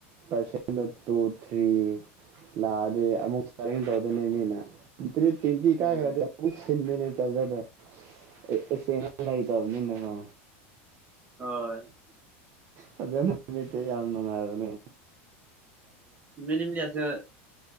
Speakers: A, on the right; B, on the right.
A: ꯄꯥꯔꯁꯦꯟ ꯗꯣ ꯇꯨ ꯊ꯭ꯔꯤ꯫ ꯂꯥꯛꯑꯗꯤ ꯑꯃꯨꯛ ꯀꯔꯤꯡ ꯇꯧꯗꯣꯏꯅꯦ ꯃꯤꯅ꯫ ꯕꯦꯠꯇ꯭ꯔꯤ ꯇꯣꯋꯦꯟꯇꯤ
B: ꯎꯝ
A: ꯀꯥꯒꯔꯗꯤ ꯑꯃꯨꯛ ꯁꯤꯜꯂꯤꯅꯦ ꯆꯥꯖꯔꯗꯣ <unintelligible> ꯂꯦꯇꯕ ꯅꯤꯅ ꯀꯣ꯫
B: ꯍꯣꯏ
A: ꯐꯖꯅ ꯃꯦꯠꯄ ꯅꯨꯡꯉꯥꯏ ꯍꯥꯏꯕꯅꯦ꯫
B: ꯃꯤꯅꯤꯃꯤ ꯑꯁꯨ